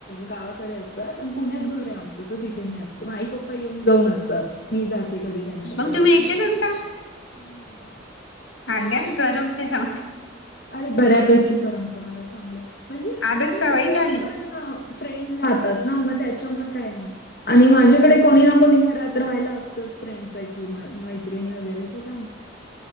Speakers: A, on the left; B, on the left.
A: गावाकडे असतात. पुण्यात घर आहे आमचं, तर तिथे मी असते. मग आई पप्पा येऊन, जाऊन असतात. मी जाते कधी त्यांच्याकडे
B: मग तुम्ही
A: असं.
B: एकटेच असता <unintelligible> करमत का?
A: अरे बऱ्यापैकी करमत मला चांगलं, म्हणजे
B: आताच
A: आमच्या
B: सवय
A: समोर
B: झाली
A: पण फ्रेंड राहतात ना, मग त्याच्यामुळे काय नाही. आणि माझ्याकडे कोणी ना कोणी घरात राहायला असतंच, फ्रेंड पैकी. मैत्रिणी वगैरे ते <unintelligible>